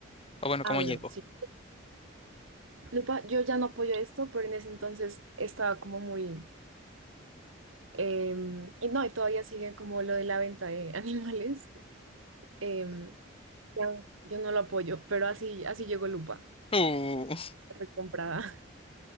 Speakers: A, on the left (about 30°); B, on the right (about 85°).
A: O bueno,
B: Ah,
A: ¿cómo
B: bueno,
A: llegó?
B: sí. Lupa, yo ya no apoyo esto, pero en ese entonces estaba como muy... em, y no, y todavía sigue como lo de la venta de <laughs> animales. em, ya, yo no lo apoyo, pero así, así llegó Lupa.
A: Uh,
B: recomprada,